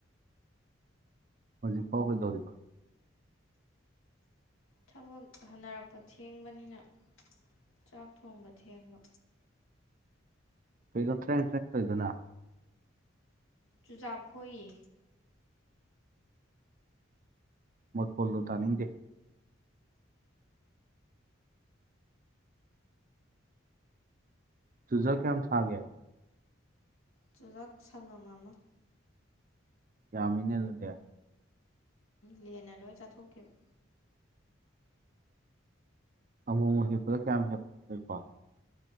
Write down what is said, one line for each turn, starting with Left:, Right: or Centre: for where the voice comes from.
Right: ꯍꯧꯖꯤꯛ ꯐꯥꯎ ꯀꯩꯗꯧꯔꯤꯕ
Left: ꯊꯕꯛ ꯍꯟꯅꯔꯛꯄ ꯊꯦꯡꯕꯅꯤꯅ ꯆꯥꯛ ꯊꯣꯡꯕ ꯊꯦꯡꯕ
Right: ꯀꯩꯗ ꯇ꯭ꯔꯦꯡ ꯇ꯭ꯔꯦꯛ ꯇꯧꯔꯤꯗꯨꯅ
Left: ꯆꯨꯖꯥꯛ ꯈꯣꯛꯏꯌꯦ
Right: ꯃꯈꯣꯜꯗꯣ ꯇꯥꯅꯤꯡꯗꯦ ꯆꯨꯖꯥꯛ ꯀꯌꯥꯝ ꯊꯥꯒꯦ
Left: ꯆꯨꯖꯥꯛ ꯁꯪꯉꯝ ꯑꯃ
Right: ꯌꯥꯃꯤꯅꯦ ꯑꯗꯨꯗꯤ
Left: ꯂꯦꯟꯅ ꯂꯣꯏ ꯆꯥꯊꯣꯛꯈꯤꯕ
Right: ꯑꯃꯨꯛ ꯃꯨꯛ ꯍꯦꯛꯄꯗ ꯀꯌꯥꯝ ꯍꯦꯛ ꯍꯦꯛꯄ